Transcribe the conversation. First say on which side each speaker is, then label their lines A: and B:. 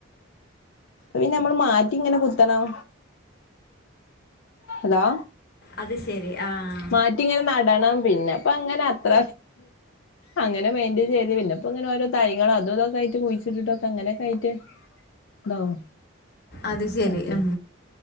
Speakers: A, on the left (about 70°); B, on the left (about 50°).
A: പിന്ന നമ്മൾ മാറ്റി ഇങ്ങനെ കുത്തണം ഹലോ
B: അത് ശരി ആഹ്
A: മാറ്റി ഇങ്ങനെ നടണം പിന്നെ പ്പൊ അങ്ങനെ അത്ര അങ്ങനെ മെയിന്റൻ ചെയ്ത് പിന്നെപ്പൊ ഇങ്ങനെ ഓരോ തൈകൾ അതുതൊക്കെ ആയിട്ട് കുഴിച്ചിട്ടിട്ടൊക്കെ അങ്ങനെയൊക്കെ ആയിട്ട് ഇതാവും
B: അത് ശരി
A: മറ്റേ
B: ഉം